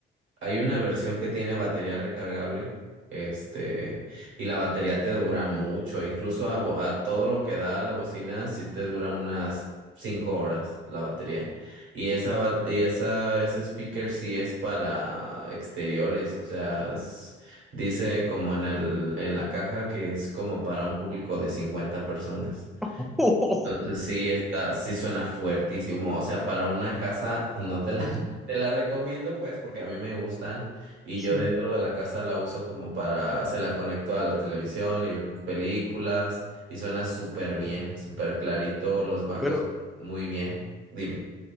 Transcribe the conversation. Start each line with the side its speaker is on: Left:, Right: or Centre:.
Right: Hay una versión que tiene batería recargable, este, y la batería te dura mucho, incluso a, bo- a todo lo que da la bocina, sí te dura unas cinco horas la batería. Y esa, ba- y esa, ese speaker sí es para exteriores, o sea, es- dice como en el, en la caja que es como para un público de 50 personas.
Centre: <laughs>
Right: Entonces, sí, está, sí suena fuertísimo. O sea, para una casa no te la,
Centre: Sí,
Right: <laughs> te la recomiendo, pues, porque a mí me gustan y
Centre: sí.
Right: yo dentro de la casa la uso como para, se la conecto a la televisión y vemos películas y suena súper bien, súper clarito, los bajos
Centre: Pero,
Right: muy bien. Dime.